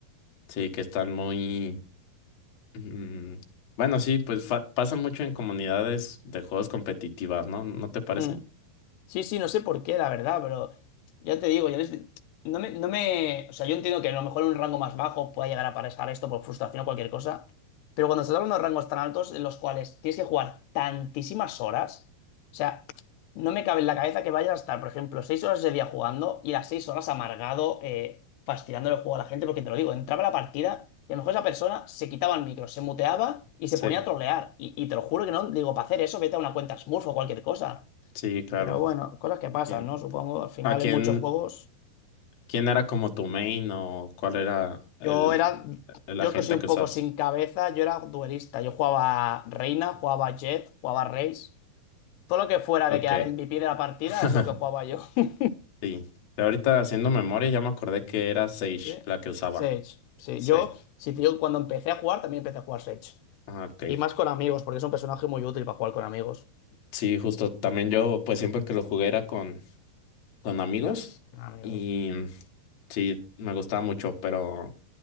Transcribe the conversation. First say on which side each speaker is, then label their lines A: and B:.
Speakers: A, on the left (about 55°); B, on the left (about 85°).
A: sí, que están muy... mm, bueno, sí, pues fa- pasa mucho en comunidades de juegos competitivas, ¿no? ¿No te parece?
B: Mm. Sí, sí, no sé por qué, la verdad, pero ya te digo, yo desde- no me, no me, o sea, yo entiendo que a lo mejor en un rango más bajo pueda llegar a pasar esto por frustración o cualquier cosa, pero cuando estás hablando de rangos tan altos en los cuales tienes que jugar tantísimas horas, o sea, no me cabe en la cabeza que vayas a estar, por ejemplo, seis horas ese día jugando y las seis horas amargado, eh, fastidiándole el juego a la gente, porque te lo digo, entraba la partida y a lo mejor esa persona se quitaba el micro, se muteaba y
A: Sí,
B: se ponía a trolear, y, y te lo juro que no, digo, para hacer eso vete a una cuenta Smurf o cualquier cosa.
A: sí, claro.
B: Pero bueno, cosas que pasan,
A: Y-
B: ¿no? Supongo, al final
A: ¿a quién,
B: en muchos juegos.
A: quién era como tu main o cuál era el,
B: Yo era,
A: el
B: yo
A: agente
B: que soy un
A: que
B: poco
A: usas?
B: sin cabeza, yo era duelista. Yo jugaba Reina, jugaba Jet, jugaba Raze. Todo lo que fuera
A: Ok.
B: de quedar MVP de la partida
A: <laughs>
B: es lo que jugaba yo. <laughs>
A: Sí. Y ahorita haciendo memoria ya me acordé que era Sage
B: Sí.
A: la que usaba.
B: Sage, sí.
A: Sí.
B: Yo, sí, tío, cuando empecé a jugar también empecé a jugar Sage.
A: Ah, ok.
B: Y más con amigos, porque es un personaje muy útil para jugar con amigos.
A: Sí, justo. También yo, pues siempre que lo jugué era con, con amigos
B: Con amigos.
A: y mm, sí, me gustaba mucho, pero